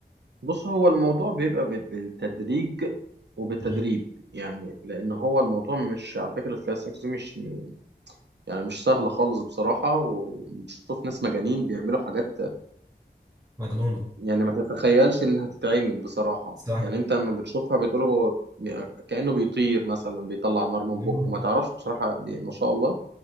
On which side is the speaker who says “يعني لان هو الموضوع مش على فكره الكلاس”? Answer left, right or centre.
Right